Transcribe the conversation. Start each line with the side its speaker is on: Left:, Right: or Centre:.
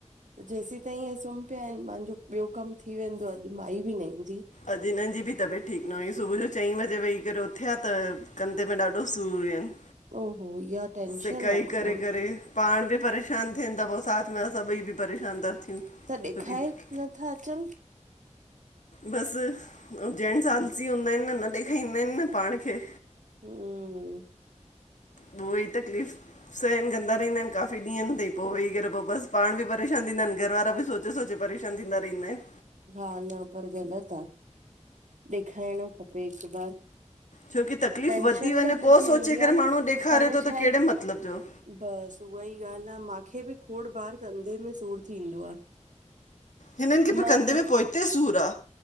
Right: त जेसीं ताईं हे सुम्हीं पिया आहिनि मुंहिंजो ॿियो कमु थी वेंदो, अॼु माई बि न ईंदी।
Left: अॼु हिन्हनि जी बि तबियत ठीकु न हुई, सुबुह जो चईं बजे वेही करे उथिया त कंधे में ॾाढो सूर हुयनि।
Right: ओ हो ईहा टेंशन
Left: सिकाई
Right: आ
Left: करे
Right: खोड़।
Left: करे पाण बि परेशान थियनि ता पो साथ में असां ॿई बि परेशान ता थियूं।
Right: त ॾेखाए
Left: छोकी
Right: नथा अचनि।
Left: बसि पो जेंट्स आलसी हूंदा आहिनि न, न ॾेखाईंदाइन न पाण खे।
Right: ह्म्म
Left: उहो ई तकलीफ़ सहन कंदा रहंदा आहिनि काफ़ी ॾींहंनि ताईं पो वेही करे पो बसि पाण बि परेशान थींदा आहिनि, घर वारा बि सोच चे सोचे परेशान थींदा रहिंदा आहिनि।
Right: हा न पर ग़लति आ, ॾेखाइणो खपे हिकु बार।
Left: छो कि तकलीफ़
Right: टेंशन
Left: वधी वञे
Right: घटि
Left: पो
Right: थी
Left: सोचे
Right: वेंदी आ
Left: करे
Right: न
Left: माण्हू ॾेखारे
Right: हाणे
Left: तो
Right: छा
Left: त
Right: आहे
Left: कहिड़े मतिलबु जो।
Right: बसि उहा ई ॻाल्हि आ, मांखे बि खोड़ बार कंधे में सूर थींदो आ।
Left: हिननि खे पो
Right: मां
Left: कंधे
Right: त
Left: में पोहिते सूर आ,